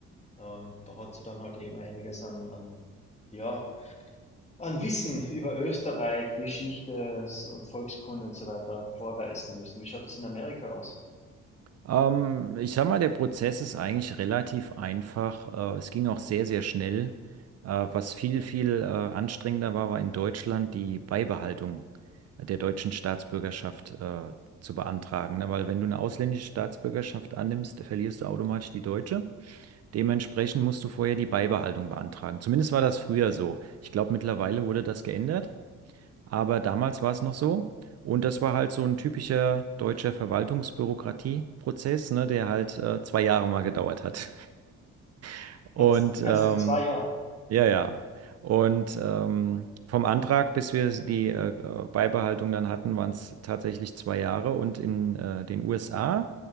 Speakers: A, on the left; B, on the right.
A: Ähm, da hat sie dann halt eben einiges an, an, ja, an Wissen über Österreich, Geschichte und Volkskunde und so weiter vorweisen müssen. Wie schaut das in Amerika aus?
B: Ähm, ich sag mal, der Prozess ist eigentlich relativ einfach. Äh, es ging auch sehr, sehr schnell. Äh, was viel, viel äh, anstrengender war, war in Deutschland die Beibehaltung der deutschen Staatsbürgerschaft äh, zu beantragen. Ne? Weil wenn du eine ausländische Staatsbürgerschaft annimmst, verlierst du automatisch die deutsche. Dementsprechend musst du vorher die Beibehaltung beantragen. Zumindest war das früher so. Ich glaube, mittlerweile wurde das geändert. Aber damals war es noch so. Und das war halt so ein typischer deutscher Verwaltungsbürokratieprozess, ne, der halt äh, zwei Jahre mal gedauert hat. <laughs> Und
A: Ernst, ernsthaft,
B: ähm,
A: zwei Jahre.
B: ja, ja. Und ähm, vom Antrag, bis wir die äh, äh, Beibehaltung dann hatten, waren es tatsächlich zwei Jahre. Und in äh, den USA